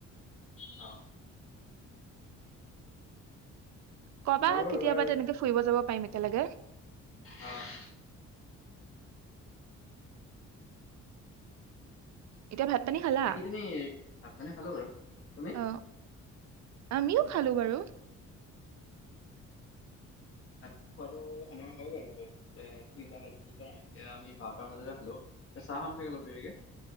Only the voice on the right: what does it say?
কবা
কেতিয়াবা
তেনেকে ফুৰিব যাব পাৰিম একেলগে।
এতিয়া ভাত পানী খালা
অ আমিও খালো বাৰু